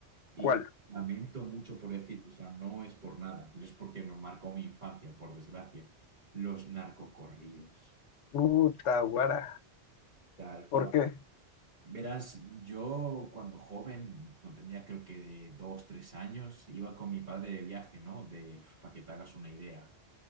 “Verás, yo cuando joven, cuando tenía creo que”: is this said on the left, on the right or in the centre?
Right